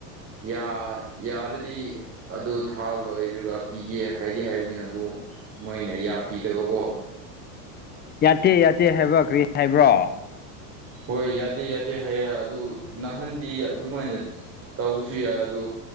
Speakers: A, on the right; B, on the left.
A: ꯌꯥ ꯌꯥꯔꯗꯤ ꯑꯗꯨ ꯊꯥ ꯂꯣꯏꯔꯒ ꯄꯤꯒꯦ ꯍꯥꯏ <unintelligible> ꯍꯥꯏꯕꯅꯤ ꯑꯗꯨ ꯃꯣꯏꯅ ꯌꯥꯄꯤꯗꯕꯀꯣ
B: ꯌꯥꯇꯦ ꯌꯥꯇꯦ ꯍꯥꯏꯕ ꯀ꯭ꯔꯤ ꯍꯥꯏꯕ꯭ꯔꯣ
A: ꯍꯣꯏ ꯌꯥꯗꯦ ꯌꯥꯗꯦ ꯍꯥꯏꯌꯦ ꯑꯗꯨ ꯅꯍꯥꯟꯗꯤ ꯑꯗꯨꯃꯥꯏꯅ ꯇꯧꯕꯁꯨ ꯌꯥꯏ ꯑꯗꯣ